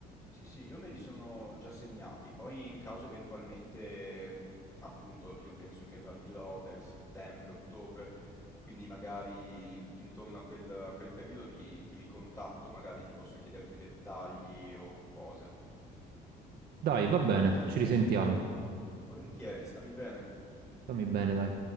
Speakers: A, in the centre; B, on the right.
A: Sì, sì, io me li sono già segnati, poi in caso eventualmente, appunto, io penso che partirò per settembre, ottobre, quindi magari intorno a quel, a quel periodo ti, ti ricontatto, magari ti posso chiedere più dettagli o cose.
B: Dai, va bene, ci risentiamo.
A: Volentieri, stammi bene.
B: Stammi bene, dai.